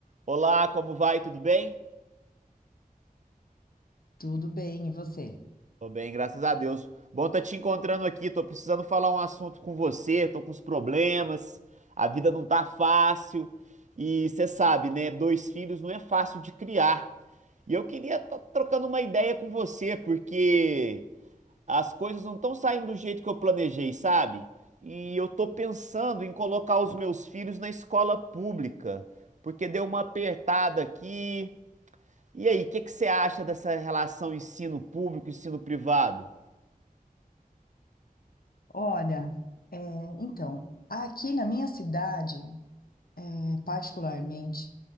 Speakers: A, on the right; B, on the left.
A: Olá, como vai? Tudo bem?
B: Tudo bem, e você?
A: Tô bem, graças a Deus. Bom tá te encontrando aqui. Tô precisando falar um assunto com você. Tô com uns problemas. A vida não tá fácil. E você sabe, né? Dois filhos não é fácil de criar. E eu queria estar trocando uma ideia com você, porque as coisas não estão saindo do jeito que eu planejei, sabe? E eu tô pensando em colocar os meus filhos na escola pública, porque deu uma apertada aqui. E aí, o que que você acha dessa relação ensino público ensino privado?
B: Olha, é, então, aqui na minha cidade, é, particularmente,